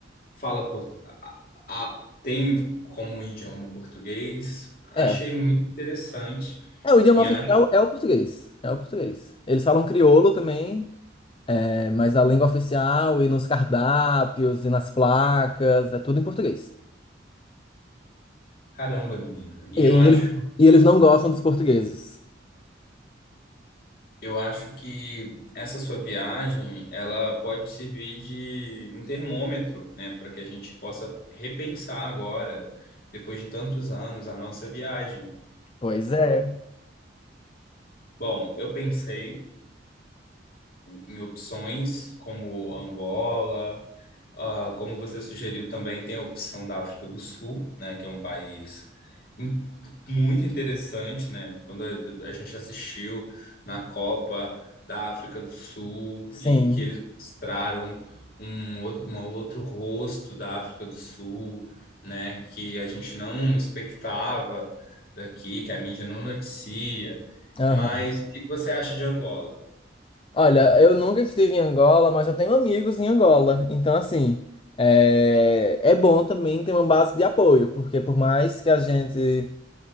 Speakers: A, on the left; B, on the left.
A: fala portu... a- a- a- tem como um idioma português. Achei
B: É,
A: muito interessante
B: é, o idioma
A: e
B: oficial
A: acho,
B: é o português, é o português. Eles falam crioulo também, é, mas a língua oficial e nos cardápios e nas placas é tudo em português.
A: caramba, menino. E
B: E
A: eu acho
B: eles, e eles não gostam dos portugueses.
A: Eu acho que essa sua viagem, ela pode servir de um termômetro, né, para que a gente possa repensar agora, depois de tantos anos, a nossa viagem.
B: Pois é,
A: Bom, eu pensei em opções como Angola, Ah, como você sugeriu, também tem a opção da África do Sul, né, que é um país in- muito interessante, né? Quando a, a gente assistiu na Copa da África do Sul
B: sim.
A: e que eles mostraram um, outro- uma outro rosto da África do Sul, né, que a gente não expectava daqui, que a mídia não noticia.
B: Aham.
A: Mas o que que você acha de Angola?
B: Olha, eu nunca estive em Angola, mas eu tenho amigos em Angola. Então, assim, é, é bom também ter uma base de apoio, porque por mais que a gente.